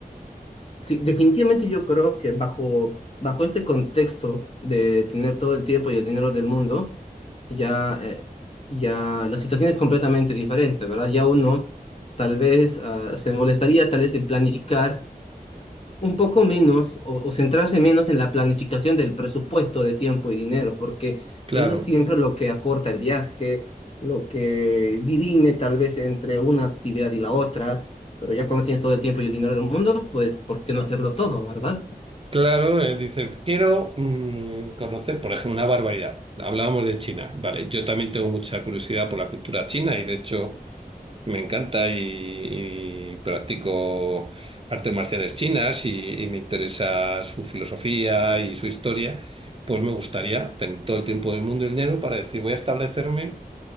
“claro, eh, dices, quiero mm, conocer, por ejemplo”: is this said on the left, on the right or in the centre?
Right